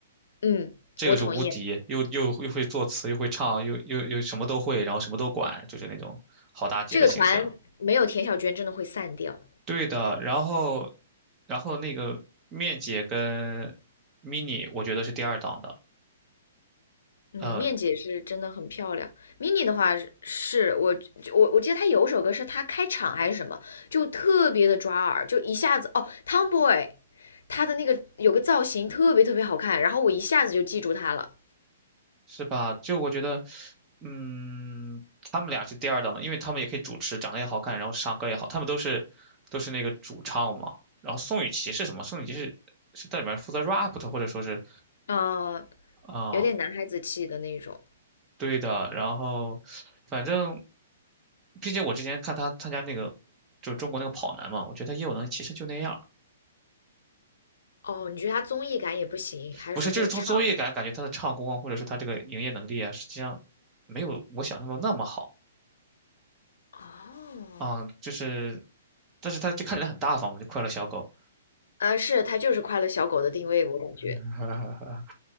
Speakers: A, on the left; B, on the right.
A: 嗯，
B: 这个是无敌，
A: 我同意，
B: 又又又会作词，又会唱，又又又什么都会，然后什么都管，就是那种好大姐的形象。
A: 这个团没有田小娟真的会散掉。
B: 对的，然后然后那个面姐跟 mini，我觉得是第二档的。
A: 嗯，
B: 呃，
A: 面姐是真的很漂亮。Mini 的话是是我我我记得她有首歌是她开场还是什么，就特别的抓耳，就一下子哦，Tomboy，他的那个有个造型特别特别好看，然后我一下子就记住他了。
B: 是吧？就我觉得，嗯，他们俩是第二档的，因为他们也可以主持，长得也好看，然后唱歌也好，他们都是都是那个主唱嘛。然后宋雨琦是什么？宋雨琦是是在里面负责 rap 的，或者说是
A: 嗯、
B: 啊、
A: 有点男孩子气的那种。
B: 对的。然后反正，毕竟我之前看他参加那个。就是中国那个跑男嘛，我觉得他业务能力其实就那样，
A: 哦，你觉得他综艺感也不行，还是说就是唱？
B: 不是，就是从综艺感感觉他的唱功啊，或者说他这个营业能力啊，实际上没有我想象中那么好
A: 哦，
B: 啊、就是，但是他就看起来很大方嘛，就快乐小狗。
A: 呃，是他就是快乐小狗的定位，我感觉。
B: <laughs>